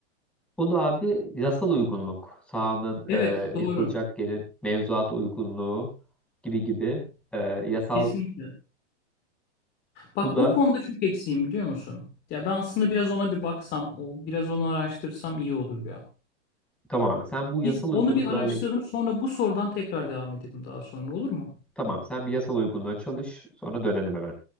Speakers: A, in the centre; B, on the left.
A: O da abi yasal uygunluk. Sahanın e,
B: Evet, doğru.
A: yapılacak yerin mevzuata uygunluğu gibi gibi e, yasal
B: Kesinlikle. Bak
A: bu da
B: o konuda çok eksiğim biliyor musun? Ya ben aslında biraz ona bir baksam, o biraz onu araştırsam iyi olur ya.
A: Tamam abi sen bu yasal
B: Biz
A: uygunluklarla
B: onu bir araştıralım, sonra bu sorudan tekrar devam edelim daha sonra olur mu?
A: tamam sen bir yasal uygunluğa çalış sonra dönelim hemen.